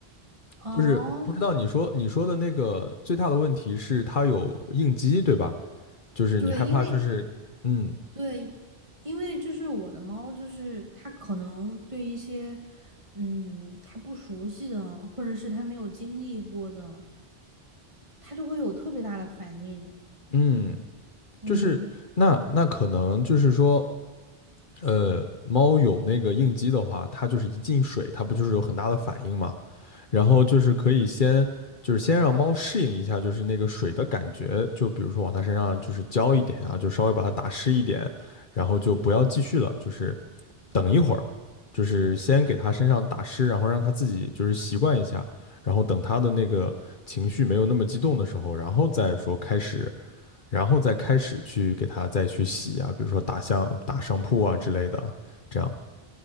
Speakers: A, on the right (about 30°); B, on the left (about 55°).
A: 哦。
B: 就是不知道你说你说的那个最大的问题是它有应激，对吧？就是你害怕，
A: 对，因为
B: 就是嗯
A: 对，因为就是我的猫，就是它可能对一些，嗯，它不熟悉的，或者是它没有经历过的，它就会有特别大的反应。
B: 嗯，
A: 嗯，
B: 就是那那可能就是说，呃，猫有那个应激的话，它就是一进水，它不就是有很大的反应吗？然后就是可以先就是先让猫适应一下，就是那个水的感觉，就比如说往它身上就是浇一点啊，就稍微把它打湿一点，然后就不要继续了，就是等一会儿，就是先给它身上打湿，然后让它自己就是习惯一下，然后等它的那个情绪没有那么激动的时候，然后再说开始，然后再开始去给它再去洗啊，比如说打像打上铺啊之类的，这样